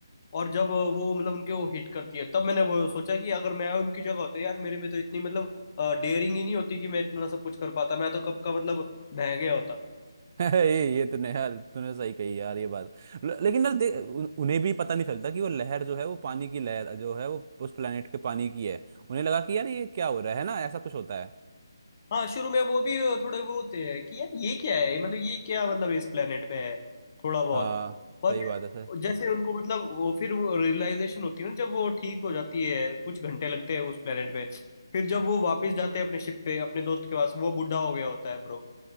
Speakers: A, on the left; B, on the right.
A: और जब वो मतलब उनके वो हिट करती है तब मैंने वो सोचा कि अगर मैं उनकी जगह होता यार मेरे में तो इतनी मतलब डेयरिंग ही नहीं होती कि मैं इतना सब कुछ कर पाता मैं तो कब का मतलब बह गया होता
B: <laughs> ये ये तूने यार तूने सही कही यार ये बात ल- लेकिन यार देख उन- उन्हें भी पता नहीं चलता कि वो लहर जो है वो पानी की लहर जो है वो उस प्लेनेट के पानी की है उन्हें लगा कि यार ये क्या हो रहा है ना ऐसा कुछ होता है
A: हाँ शुरू में वो भी थोड़े वो होते हैं कि यार ये क्या है मतलब ये क्या मतलब इस planet में है थोड़ा बहुत
B: हाँ
A: पर
B: सही बात है
A: जैसे उनको मतलब वो फिर वो रियलाइजेशन होती है ना जब वो ठीक हो जाती है कुछ घंटे लगते हैं उस planet पे फिर जब वो वापस जाते हैं अपने शिप पे अपने दोस्त के पास वो बूढ़ा हो गया होता है ब्रो